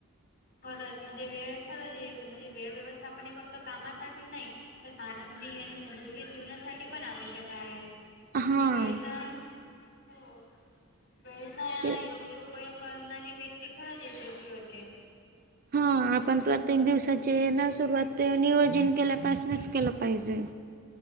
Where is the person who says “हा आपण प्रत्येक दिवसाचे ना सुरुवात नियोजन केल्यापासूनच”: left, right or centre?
Right